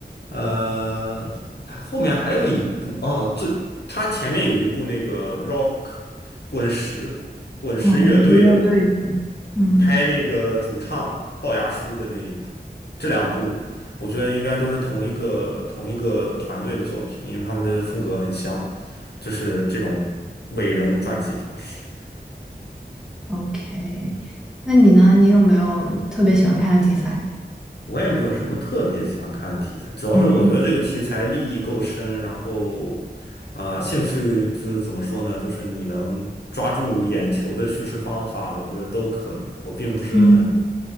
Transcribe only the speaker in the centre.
啊，滚石乐队的，嗯
，OK。那你呢？你有没有特别喜欢看的题材？
嗯
嗯